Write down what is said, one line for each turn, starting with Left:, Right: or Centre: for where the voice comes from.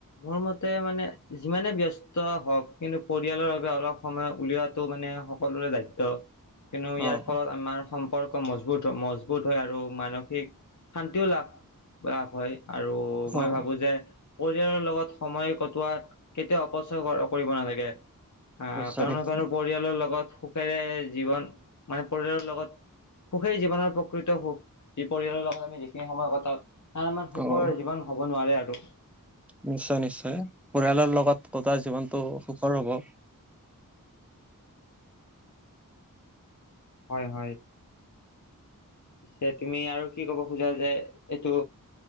Left: মোৰ মতে মানে যিমানে ব্যস্ত হওক কিন্তু পৰিয়ালৰ বাবে অলপ সময় উলিওৱাতটো মানে সকলোৰে দায়িত্ব কিন্তু ইয়াৰ
Centre: অ',
Left: ফলত আমাৰ সম্পৰ্ক মজবুত মজবুত হয় আৰু মানসিক শান্তিও লাভ লাভ হয় আৰু মই
Centre: অ',
Left: ভাবো যে ৰ লগত সময় কটোৱাত কেতিয়াও অপচয় কৰিব নালাগে আহ
Centre: নিশ্চয়
Left: কণো
Centre: নিশ্চয়
Left: কাৰনো পৰিয়ালৰ লগত সুখেৰে জীৱন মানে পৰিয়ালৰ লগত সুখেই জীৱনৰ প্ৰকৃত সুখ যি পৰিয়ালৰ লগত আমি যিখিনি সময় কথা তাৰ আমাৰ সুখৰ
Centre: অ'।
Left: জীৱন হ'ব নোৱাৰে আৰু
Centre: নিশ্চয় নিশ্চয় পৰিয়ালৰ লগত কতোৱা জীৱনটো সুখৰ হব
Left: হয় হয় পিছে তুমি আৰু কি ক'ব খোজা যে এইটো